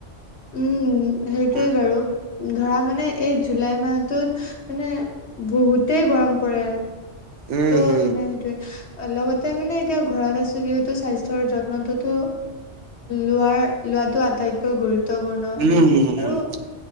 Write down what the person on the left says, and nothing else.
উম সেইটোৱে
বাৰু ধৰা মানে এই জুলাই মাহটোত মানে বহুতেই গৰম পৰে।
ত'
মানে সেইটোয়ে লগতে মানে এতিয়া ঘৰত আছো যিহেতু স্বাস্থ্যৰ যত্নটোতো লোৱাৰ লোৱাটো আটাইতকৈ গুৰুত্বপূৰ্ণ
মানে
আৰু